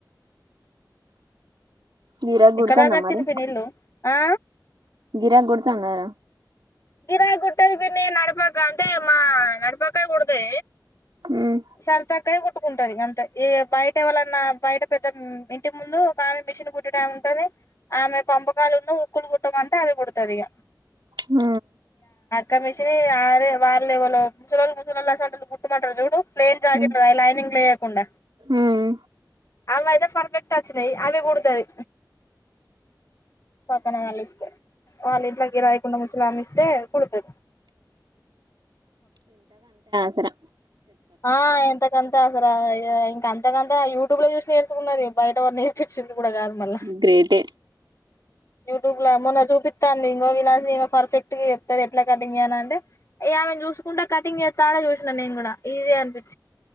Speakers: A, on the right; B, on the left.
A: గిరాక్
B: ఎక్కడ
A: గుడుతుందా
B: దాకా వచ్చింది
A: మరి
B: పిన్ని ఇల్లు ఆ
A: గిరాక్ కుడుతందార
B: గిరా గుట్టది పిన్నీ నడపాక అంతే మా నడపాక కుడదది
A: ఉమ్
B: సంతాకాయ కొట్టుకుంటది గంతే ఈ బయట ఎవళన్నా పయట పెద్ద ఇంటి ముందు ఒక ఆమె మిషన్ కుట్టటమే ఉంటుంది ఆమె పంపకాలున్న స్ కూల్ కుట్టమంట అది కూడతాది ఇగ
A: ఆ
B: కమిషి అరే వాళ్ళేవలో ముసలోళ్ళు ముసలోళ్ళు అసలు కుట్మంటరు చూడు ప్లేన్ జాకిట్లు
A: ఉమ్
B: లైనింగ్ లే కుండ,
A: ఉమ్
B: అవైతే పర్ఫెక్ట్ వచ్చినై అదే కుడుతది పక్కన వాళ్ళు ఇస్ వాళ్ళింట్ల కిరాయికున్న ముసలామే ఇస్తే కుడుతది
A: సర
B: ఆ ఎంతకంత ఇంక అంతకంత యూ ట్యూబ్ లో చూసి నేర్చుకున్నదే బయటెవరు నేర్పించింది కూడ కాదు మళ్ళ
A: గ్రేటే
B: యూట్యూబ్ లా మొన్న చూపిస్తాంది ఇంగో వినాసి పర్ఫెక్ట్ గా చెప్తది ఎట్ల కటింగ్ చేయలంటే, ఇగ ఆమెను చూసుకుంటా కటింగ్ చేస్తాంటె చూసినను నేను కూడా ఈజీ అనిపిచి